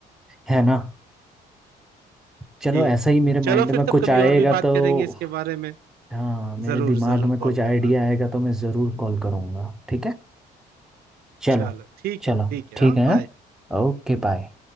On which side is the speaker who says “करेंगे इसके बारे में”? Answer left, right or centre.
Right